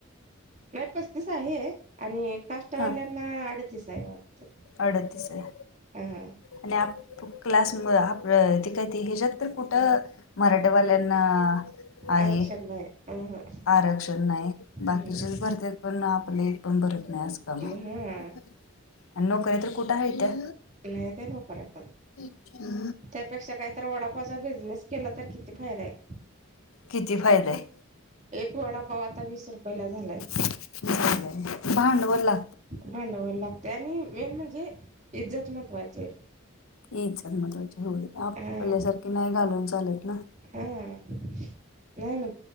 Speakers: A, on the right (about 35°); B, on the left (about 80°).
A: नाही पस्तीस आहे. आणि का चटवाल्याना
B: हां
A: अडतीस आहे वाटत
B: अडतीस आहे
A: हा.
B: आणि आप क्लास आप ती काही त हेजात तर कुठं मराठवाल्यांना आहे
A: आरक्षण नाही अ
B: आरक्षण नाही बाकीचेच
A: ह
B: भरते पण आपले एक पण बरत नाही. आज काम
A: हा
B: आणि नोकऱ्या तर कुठे आहे. त्या
A: नाही ते डोक्याला ताप.
B: अच्छा.
A: त्यापेक्षा काहीत वडापाचा बिझनेस केला तर किती फायदा आहे.
B: किती फायदा आहे.
A: एक वडापाव आता वीस रुपये ला झालाय.
B: <unintelligible> भांडवरला
A: भांडाव लागते आणि मेन म्हणजे इज्जत महत्त्वाचे.
B: झाल मत्वाची होळी आपल्यासारखी
A: हा
B: नाही घालून चालत ना.
A: हा नाही म